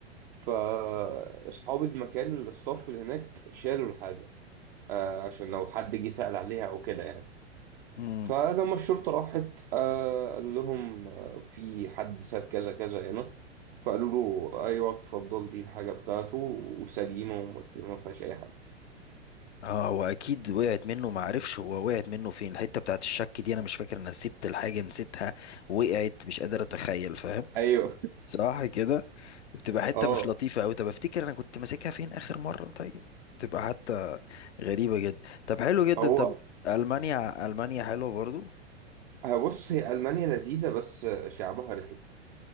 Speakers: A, on the right; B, on the left.
A: فاصحاب المكان الاستاف اللي هناك شالوا الحاجه آه، عشان لو حد جه سأل عليها او كده يعني
B: جدا
A: فلما الشرطه راحت آه، قالوا لهم آه، في حد ساب كذا كذا هنا فقالوا له ايوه اتفضل دي الحاجه بتاعته وسليمه وما ما فيهاش اي حاجه
B: اه هو اكيد وقعت منه ما عرفش هو وقعت منه فين الحته بتاعت الشك دي انا مش فاكر انا سبت الحاجه نسيتها وقعت مش قادر اتخيل فاهم
A: ايوه
B: صح كده بتبقى حته
A: اه
B: مش لطيفه قوي طب افتكر انا كنت ماسكها فين اخر مره طيب تبقى حتى غريبه جدا طب حلو جدا
A: هو
B: طب المانيا المانيا حلوه برضو
A: بص هي المانيا لذيذه بس شعبها رخم